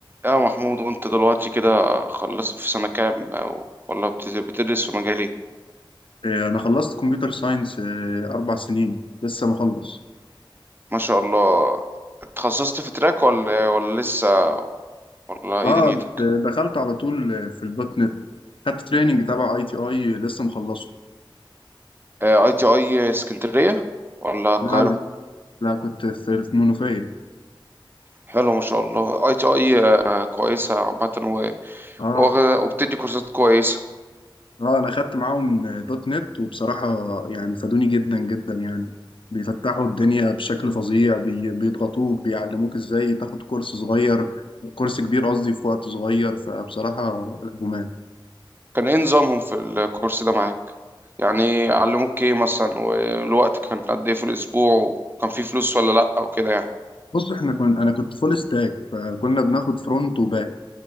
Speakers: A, on the right; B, on the left.
A: يا محمود وانت دلوقتي كده خلصت في سنة كام او ولا بت- بتدرس في مجال ايه
B: إيه، انا خلصت كمبيوتر ساينس إيه، اربع سنين لسه مخلص
A: ما شاء الله اتخصصت في تراك ولا ولا لسه ولا ايه
B: اه
A: دنيتك
B: د- دخلت على طول آه، في الدوت نت خدت تريننج تبع اي تي اي لسه مخلصه
A: آه، اي تي اي اسكندرية ولا القاهرة
B: لا لا لا كنت في في منوفيه
A: حلو ما شاء الله اي تي اي آه، كويسة عامة و-
B: اه
A: واخد- وبتدي كورسات كويسة
B: اه انا خدت معاهم آه، دوت نت وبصراحه يعني فادوني جدا جدا يعني بيفتحوا الدنيا بشكل فظيع بي- بيضغطوك بيعلموك ازاي تاخد كورس صغير كورس كبير قصدي في وقت صغير فبصراحه جمال
A: كان ايه نظامهم في الكورس ده معاك يعني علموك ايه مثلا والوقت كان قد ايه في الاسبوع وكان في فلوس ولا لا او كده يعني
B: بص احنا كنا انا كنت فول ستاك فكنا بناخد فرونت وباك